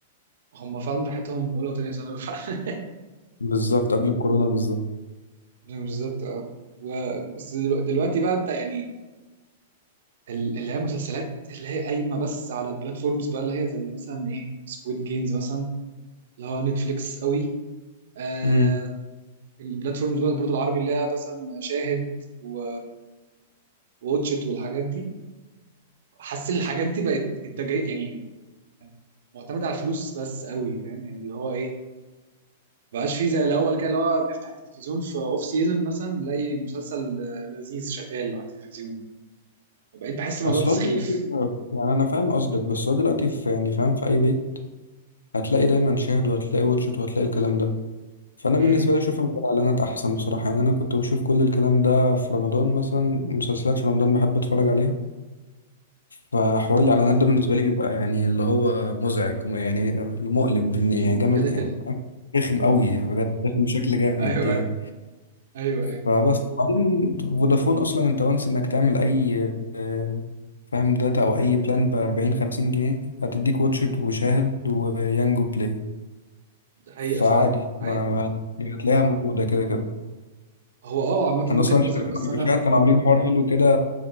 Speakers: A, on the right; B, on the left.
A: هم فعلا راحتهم اولى وتانية ثانوي فعلا
B: <laughs> بالظبط قبل الكورونا بالظبط
A: <laughs> بالظبط اه و... بس دلو- دلوقتي بقى انت يعني ال- اللي هي مسلسلات اللي هي قايمه بس على البلاتفورمز بقى اللي هي زي مثلا ايه سكويد جيمز مثلا اللي هو نتفليكس قوي آه
B: امم
A: البلاتفورمز بقى برضو العربي اللي هي مثلا شاهد و واتشت والحاجات دي حاسس ان الحاجات دي بقت انتاجيه يعني معتمده على الفلوس بس قوي فاهم يعني اللي هو ايه مبقاش فيه زي الاول كده اللي هو نفتح التلفزيون في اوف سيزون مثلا نلاقي مسلسل آه، لذيذ شغال على التلفزيون وبقيت بحس الموضوع
B: اصل
A: ده سخيف
B: هو دلوقتي يعني انا فاهم قصدك بس هو دلوقتي في يعني فاهم في اي بيت هتلاقي دايما شاهد وهتلاقي واتشت وهتلاقي الكلام ده فانا
A: امم
B: بالنسبه لي اشوف من غير اعلانات احسن بصراحه يعني انا كنت بشوف كل الكلام ده في رمضان مثلا مسلسلات في رمضان بحب اتفرج عليها فحوار الاعلانات ده بالنسبه لي بيبقى يعني اللي هو مزعج يعني مؤلم بالن- يعني جامد
A: ده كده
B: يعني
A: كده
B: فاهم؟ رخم قوي بجد رخم بشكل جامد
A: ايوه
B: يعني
A: ايوه ايوه ايوه
B: فبس بعدين فودافون اصلا انت وانس انك تعمل اي آه، فاهم داتا او اي بلان ب 40 50 جنيه هتديك واتشت
A: أمم،
B: وشاهد ويانجو بلاي
A: ده حقيقه
B: فعادي
A: فعلا
B: ما
A: حقيقه
B: هتلاقيها موجوده كده كده
A: هو اه عامه
B: انا
A: وجهه
B: اصلا
A: نظر
B: شاهد
A: بس انا
B: شاهد كانوا عاملين حوار حلو كده